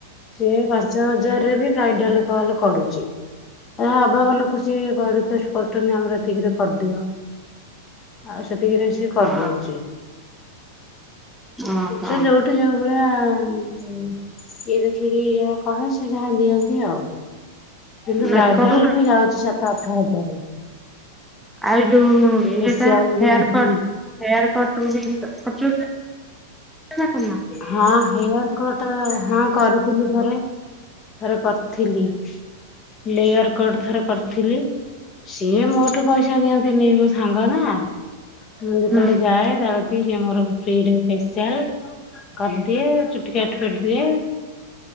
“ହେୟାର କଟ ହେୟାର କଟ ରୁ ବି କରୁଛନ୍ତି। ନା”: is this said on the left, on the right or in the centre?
Centre